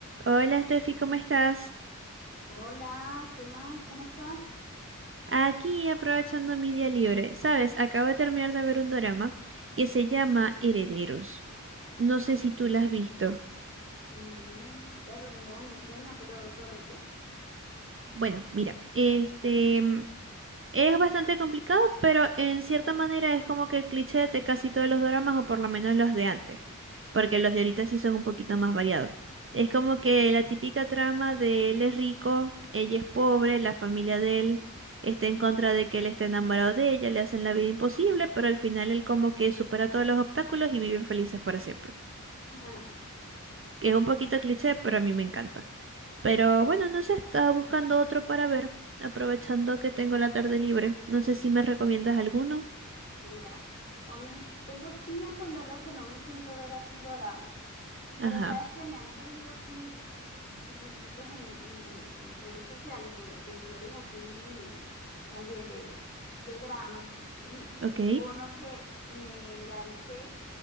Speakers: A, on the right; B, on the left.
A: Hola, Steffi, ¿cómo estás?
B: Hola, ¿qué más? ¿Cómo estás?
A: Aquí aprovechando mi día libre. Sabes, acabo de terminar de ver un drama que se llama Herederos. No sé
B: Ah,
A: si tú la has visto.
B: no, perro, no me suena, pero ¿sobre qué?
A: Bueno, mira, este mm, es bastante complicado, pero en cierta manera es como que el cliché de casi todos los dramas, o por lo menos los de antes, porque los de ahorita sí son un poquito más variados. Es como que la típica trama de él es rico, ella es pobre, la familia de él está en contra de que él esté enamorado de ella, le hacen la vida imposible, pero al final él como que supera todos los obstáculos y viven felices para siempre.
B: <laughs>
A: Que es un poquito cliché, pero a mí me encanta. Pero bueno, no sé, estaba buscando otro para ver, aprovechando que tengo la tarde libre. No sé si me recomiendas alguno.
B: Mira, honest, tengo tiempo en verdad que no me siento a ver así doramas,
A: Ajá,
B: pero sabes que me han salido clips chiquititos en, en, en redes sociales de, de series así también de, de dramas <laughs> y
A: ok,
B: vi uno que me enganché